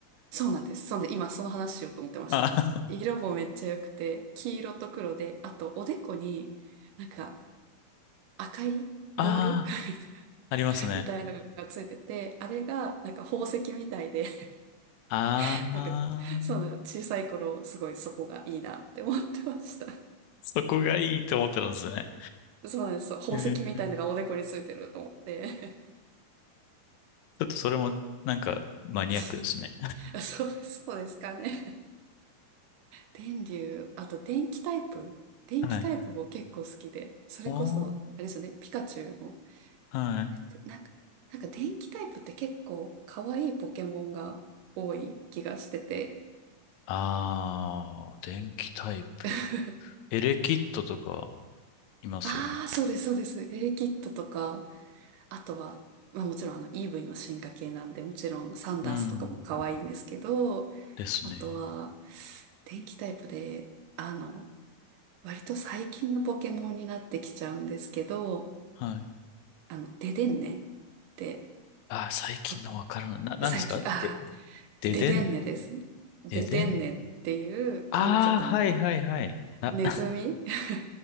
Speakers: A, on the right; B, on the left.
A: そうなんです。そうなんで、今その話しようと思ってました。
B: あー
A: 色もめっちゃ良くて、黄色と黒で、あとおでこになんか赤いボール
B: <laughs> あー、
A: <laughs>
B: ありますね。
A: みたいなのがついてて、あれがなんか宝石みたいで、
B: ああ、
A: <laughs> なんかそうなんです小さい頃すごいそこがいいなって思ってました。
B: そこがいいと思ってたんですよね。
A: そうなんです。そう宝石みたいなのがおでこについてると思って。
B: ええちょっとそれもなんかマニアックですね。
A: <laughs> そうです、そうですかね。電流、あと電気タイプ電気タイプも結構好きで、
B: はい。
A: それこそ、
B: おー、
A: あれですよね、ピカチュウも。
B: はい。
A: で、なんか、なんか電気タイプって結構可愛いポケモンが多い気がしてて。
B: あー、電気タイプ。
A: <laughs>
B: エレキットとかいますよね。
A: ああ、そうです、そうです。エレキッドとか、あとは、まあもちろんあのイーブイの進化系なんで、もちろんサンダースとかも可愛いんですけど、
B: うん。ですね。
A: あとは、電気タイプで、あの、割と最近のポケモンになってきちゃうんですけど、
B: はい。
A: あの、ででんねって、
B: あー、最近のわからない。
A: わ
B: な、なんですかで、
A: 最近、ああ、
B: ででん、
A: ででんねです。ででんねっていう、
B: ででん。あー、
A: これもちょっとあの、
B: はいはいはい。な、
A: ネズミ
B: <laughs>
A: <laughs>